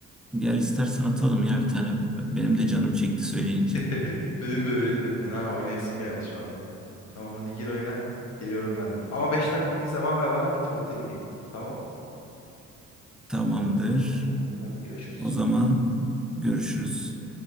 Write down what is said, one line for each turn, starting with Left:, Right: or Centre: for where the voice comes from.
Centre: Gel istersen atalım ya bir tane. Benim de canım çekti söyleyince.
Left: <laughs> Benim de benim de fena oynayasım geldi şu anda. Tamam hadi gir oyuna. Geliyorum ben de. Ama 5 dakika bir zaman ver bana bir tuvalete gideyim. Tamam.
Centre: Tamamdır.
Left: Tamamdır hadi görüşürüz.
Centre: O zaman görüşürüz.